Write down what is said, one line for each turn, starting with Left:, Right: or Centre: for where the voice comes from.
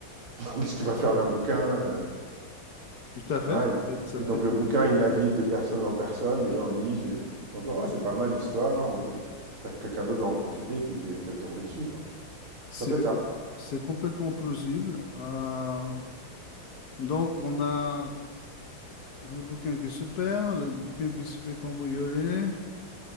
Right: <laughs> qu'est-ce qu'il va faire d'un bouquin, heu?
Left: Tout à fait,
Right: Ouais,
Left: ça
Right: <clears throat> donc
Left: peut être- ça
Right: et
Left: peut
Right: donc
Left: être-
Right: le bouquin, il navigue de personne en personne, les gens lisent et ils j'entends: «Oh, c'est pas mal l'histoire, mais on peut quelqu'un d'autre va en profiter» et puis tu tu es tombé dessus, quoi.
Left: c'est,
Right: Ça peut être ça.
Left: c'est complètement plausible. Euh, donc, on a le bouquin qui se perd, le bouquin qui se fait cambrioler.